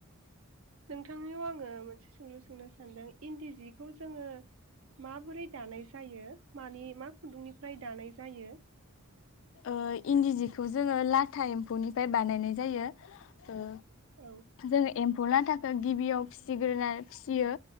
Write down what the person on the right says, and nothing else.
नोंथांनियाव आङो मोनसे सोंलु सोंनो सानदों। इन्दि जिखौ जोङो माबोरै दानाय जायो मानि मा खुन्दुंनिफ्राय दानाय जायो?
औ।